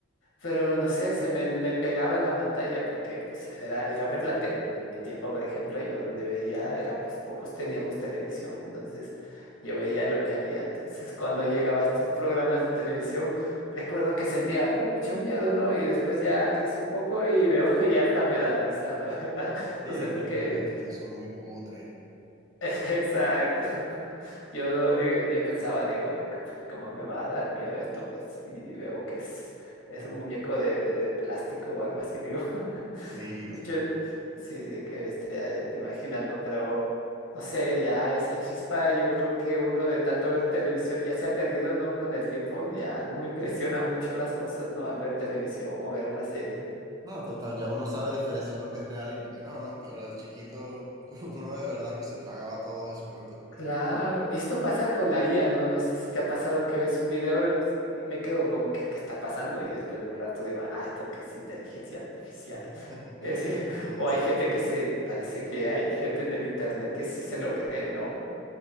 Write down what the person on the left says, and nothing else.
Pero no sé, se me, me pegaba en la pantalla porque pues, era, era ver la tele. pues, en mi tiempo, por ejemplo, yo donde veía era, pues pocos teníamos televisión, entonces yo veía lo que había. Entonces, cuando llegaba a estos programas de televisión, recuerdo que sentía mucho miedo, ¿no? Y después ya crecí un poco y veo <laughs> y hasta me da risa, la verdad. <laughs>
No sé por
qué
<laughs> Exacto. Yo, no digo- yo pensaba, digo, "Ah, co- ¿cómo me va a dar miedo esto? Pues sí, veo que es, es
un muñeco de, de- de plástico o algo así, digo. <laughs>
Mucho,
sí, sí, qué bestia, eh, te imaginas, ¿no? Pero, no sé, ya esa chispa, yo creo que uno de tanto ver televisión ya se ha perdido, ¿no? Con el tiempo, ya no me impresiona mucho las cosas, ¿no? Al ver televisión o ver una serie.
Claro, y esto pasa con la IA, ¿no? No sé si te ha pasado que ves un video y si, y me quedo como que, ¿qué está pasando? Y después de un rato digo, ah, esto que es inteligencia artificial.
Es decir, <laughs>
o
hay gente que se, parece que hay gente en el internet que sí se lo cree, ¿no?